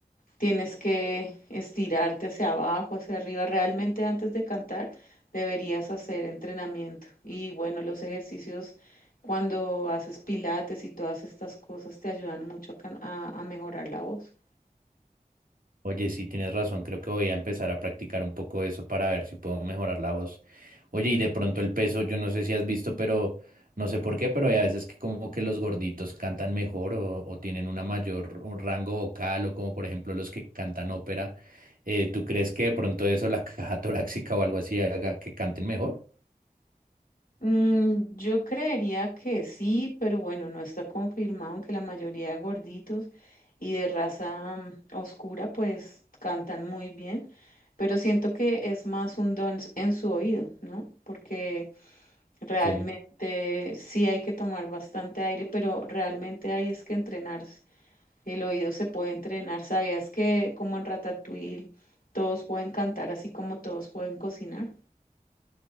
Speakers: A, on the left; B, on the right.
A: tienes que estirarte hacia abajo, hacia arriba. Realmente antes de cantar deberías hacer entrenamiento. Y bueno, los ejercicios cuando haces pilates y todas estas cosas te ayudan mucho a can- a- a mejorar la voz.
B: Oye, sí, tienes razón, creo que voy a empezar a practicar un poco eso para ver si puedo mejorar la voz. Oye, y de pronto el peso, yo no sé si has visto, pero no sé por qué, pero hay a veces que como que los gorditos cantan mejor o, o tienen una mayor un rango vocal o como por ejemplo los que cantan ópera. Eh, ¿tú crees que de pronto eso, la <laughs> caja torácica o algo así, haga que canten mejor?
A: Mm, yo creería que sí, pero bueno, no está confirmado, aunque la mayoría de gorditos y de raza mm, oscura pues cantan muy bien, pero siento que es más un don s- en su oído, ¿no? Porque realmente
B: Sí.
A: sí hay que tomar bastante aire, pero realmente hay es que entrenarse. El oído se puede entrenar. ¿Sabías que como en Ratatouille todos pueden cantar así como todos pueden cocinar?